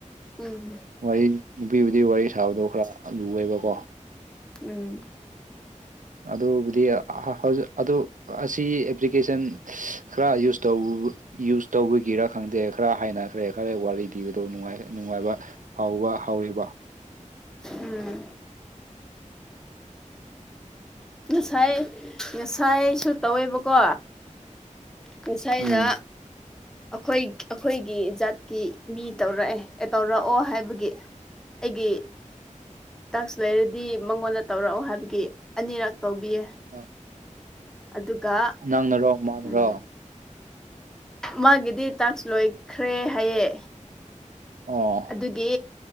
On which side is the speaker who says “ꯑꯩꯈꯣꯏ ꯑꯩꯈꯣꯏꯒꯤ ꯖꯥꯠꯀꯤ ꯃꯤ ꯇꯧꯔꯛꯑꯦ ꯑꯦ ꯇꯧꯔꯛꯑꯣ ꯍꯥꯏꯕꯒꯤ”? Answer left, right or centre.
Centre